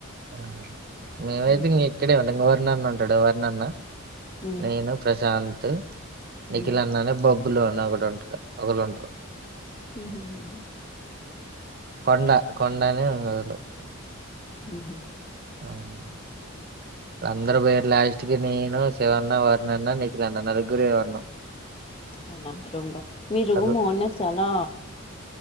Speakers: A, on the right; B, on the left.
A: ఆ మేమైతే
B: ఉమ్,
A: ఇంగ ఇక్కడే ఉంటాం ఇంగ వరునన్న ఉంటాడు వరునన్న
B: ఉమ్,
A: నేను ప్రశాంత్ నిఖిల్
B: ఉమ్,
A: అన్న అనే బొబ్బులు అని ఒకడుంటాడు ఒకళు ఉంటారు
B: ఉమ్, ఉమ్,
A: కొండ కొండనే వోళ్ళు
B: హూ హూ
A: అవును అందరూ పోయిర్రు లాస్ట్ కి నేను శివన్న వరుణన్న నీఖిల్ అన్న నలుగురే ఉన్నం
B: అవునా రూమ్ లో మీ రూము
A: అరు-
B: అన్న చాలా